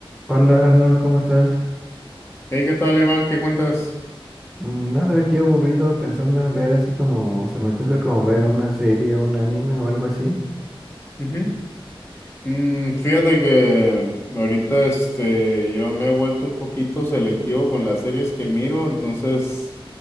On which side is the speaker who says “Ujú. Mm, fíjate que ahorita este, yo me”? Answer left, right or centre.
Left